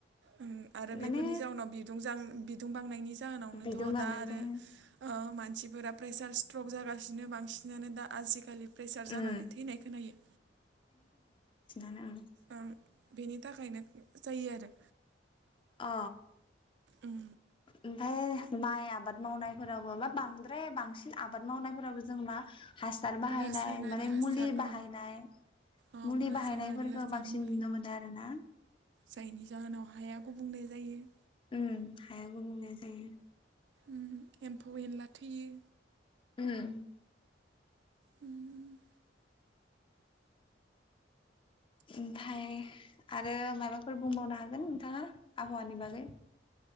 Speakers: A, on the right; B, on the left.
A: उम आरो बेफोरनि
B: माने
A: जाउनाव बिदुं जां बिदुं बांनायनि जाहोनावनोथ'
B: बिदुं बांनायजों
A: दा आरो ओ ओ मानसिफोरा प्रेसार स्ट्रक जागासिनो बांसिनानो दा आजिकालि प्रेसार जानानै
B: उम
A: थैनाय खोनायो।
B: उम
A: ओं बेनि थाखायनो जायो आरो।
B: अ
A: उम
B: ओमफाय माइ आबाद मावनायफोरावबो बा बांद्राय बांसिन आबाद मावनायफोरावबो जों मा हासार बाहायनाय
A: रासायनारि
B: माने
A: हासार
B: मुलि बाहायनाय
A: औ औ
B: मुलि
A: रासायनारि
B: बाहायनायफोरखो
A: हासार
B: बांसिन
A: मुलि
B: नुनो मोनो आरोना।
A: जायनि जाहोनाव हाया गुबुंले जायो।
B: उम हाया गुबुंले जायो।
A: उम एम्फौ एनला थैयो।
B: उम
A: उम
B: ओमफाय आरो माबाफोर बुंबावनो हागोन नोंथाङा आबहावानि बागै?